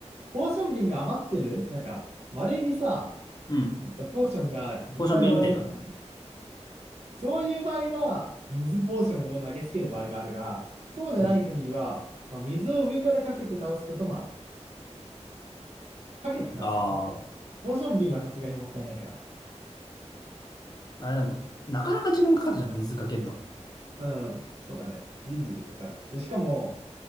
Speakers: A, on the right; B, on the left.
A: ポーション瓶が余ってるなんか、稀にさ、
B: うん。
A: えっとポーションがいっぱいもらえることない
B: ポーション部屋みたいな。
A: そういう場合は、水ポーションを投げつける場合があるが、そうでない限りは、
B: うん
A: まあ、水を上からかけて倒すこともある。かけて倒すだね。
B: ああ、
A: ポーション瓶はさすがにもったいないから。
B: あれでも、なかなか時間かかるじゃん、水かけるの。
A: うん、そうだね。じりじりかかる。で、しかも、